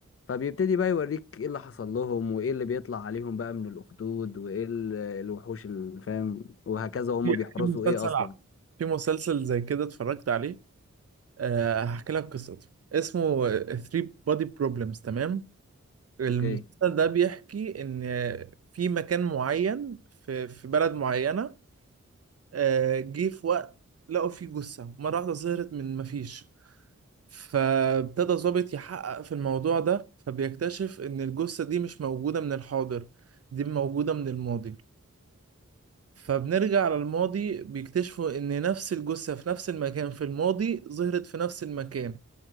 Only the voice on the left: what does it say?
فبيبتدي بقى يوريك إيه اللي حصل لهم وإيه اللي بيطلع عليهم بقى من الأخدود وإيه ال- الوحوش اللي فاهم وهكذا وهم
بيحرسوا
إيه أصلا
أوكي